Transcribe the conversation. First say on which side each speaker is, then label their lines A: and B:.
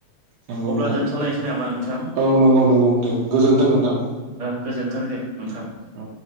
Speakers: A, on the right; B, on the right.
A: नंगौ
B: अब्ला
A: नोंथां
B: दोनथ'लायनोसै नामा नोंथां
A: औ नंगौ नंगौ <unintelligible> गोजोनथों नोंथां
B: ओ गोजोन्थों दे
A: औ
B: नोंथां